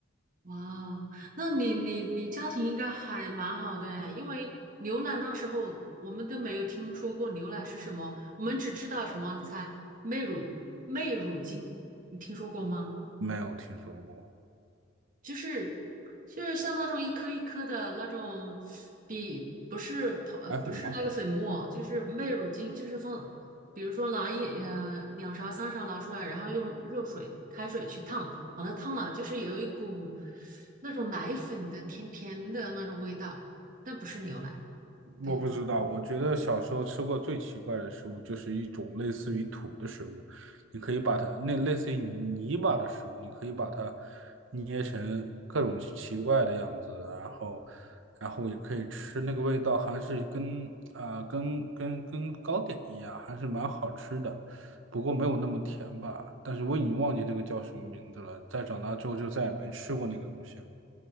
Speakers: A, on the right; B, on the right.
A: 哇哦那你你你家庭应该还蛮好的哎，因为牛奶那时候我们都没有听说过牛奶是什么，我们只知道什么，你猜，媚乳媚乳精，你听说过吗？
B: 没有听说过，
A: 就是就是像那种一颗一颗的那种比不是泡不是那个粉末，
B: 还会吗？
A: 就是麦乳精，就是放，比如说拿一呃两勺三勺拿出来，然后用热水开水去烫，把它烫了，就是有一股那种奶粉的甜甜的那种味道，但不是牛奶。对，
B: 我不知道，我觉得小时候吃过最奇怪的食物就是一种类似于土的食物，你可以把它那类似于泥泥巴的食物，你可以把它捏成各种奇怪的样子，然后然后也可以吃，那个味道还是跟啊、呃跟跟跟糕点一样，还是蛮好吃的，不过没有那么甜吧。但是我已经忘记那个叫什么名字了，在长大之后就再也没吃过那个东西了。